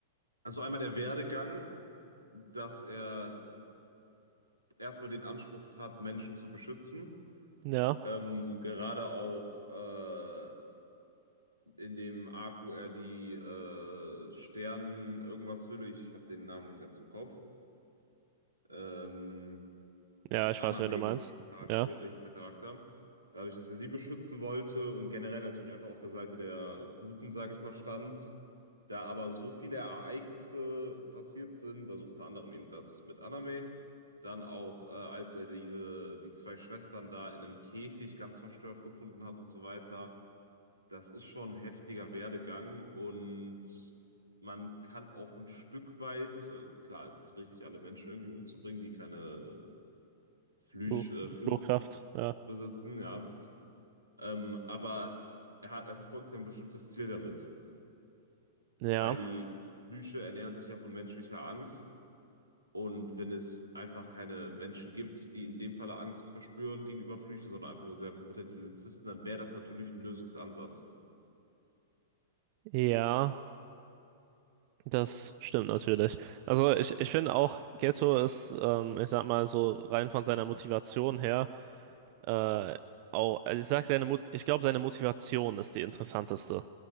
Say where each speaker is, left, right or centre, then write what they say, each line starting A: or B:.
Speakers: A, on the right (about 90°); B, on the right (about 45°).
A: Also einmal der Werdegang, dass er erstmal den Anspruch hat, Menschen zu beschützen.
B: Ja.
A: Ähm, gerade auch äh, in dem Arc, wo er die äh, Stern irgendwas Hülle, ich habe den Namen nicht ganz im Kopf, ähm,
B: Ja, ich
A: Aname
B: weiß, wen du meinst.
A: hieß, die Charakter,
B: Ja.
A: hieß der Charakter. Dadurch, dass er sie beschützen wollte und generell natürlich einfach auf der Seite der Guten, sage ich mal, stand, da aber so viele Ereignisse passiert sind, also unter anderem eben das mit Aname, dann auch, äh, als er diese, die zwei Schwestern da in einem Käfig ganz verstört gefunden hat und so weiter, das ist schon ein heftiger Werdegang und man kann auch ein Stück weit, äh, klar, ist nicht richtig, alle Menschen irgendwie umzubringen, die keine Flüch,
B: Flo-
A: äh, Fluch
B: Flugkraft. Ja.
A: besitzen, ja. Ähm, aber er hat, er verfolgt ja ein bestimmtes Ziel damit,
B: Ja.
A: weil die Flüche ernähren sich ja von menschlicher Angst. Und wenn es einfach keine Menschen gibt, die in dem Falle Angst verspüren gegenüber Flüchen, sondern einfach nur sehr kompetente Juristen, dann wäre das natürlich ein Lösungsansatz.
B: Ja. Das stimmt natürlich. Also ich, ich finde auch, Getzo ist, ähm, ich sag mal so rein von seiner Motivation her, äh, auch, also ich sag seine Mut, ich glaube, seine Motivation ist die interessanteste